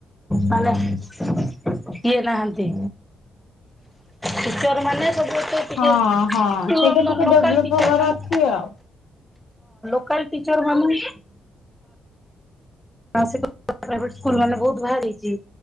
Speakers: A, in the centre; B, on the left (about 80°).
A: ମାନେ କିଏ ନାହାନ୍ତ ଟିଚର ମାନେ ସବୁତ ଆଜ୍ଞା
B: ହଁ ହଁ
A: ଲୋ-ଲୋ-ଲୋକାଲ
B: ସେଇଟା ଟିକେ ଡେଭଲପ
A: ଟିଚର
B: ହବାର
A: ମାନେ
B: ଅଛି ଆଉ।
A: ଲୋକାଲ ଟିଚର ମାନେ ହଁ ସେଇ ପ୍ରାଇଭେଟ ସ୍କୁଲ ବାଲା ବୋହୁତ ଭାରିଚି।